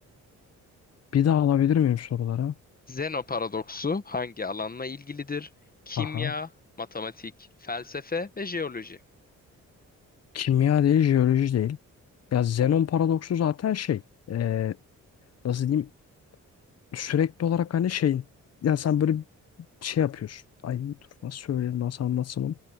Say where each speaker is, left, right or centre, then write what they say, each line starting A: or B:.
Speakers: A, on the left; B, on the left.
A: bir daha alabilir miyim sorulara?
B: Zeno paradoksu hangi alanla ilgilidir? Kimya,
A: Aha.
B: matematik, felsefe ve jeoloji.
A: Kimya değil, jeoloji değil. Ya Zenon paradoksu zaten şey. e, nasıl diyeyim? Sürekli olarak hani şeyin. Ya sen böyle şey yapıyorsun. Ay dur nasıl söyleyelim nasıl anlatsam onu.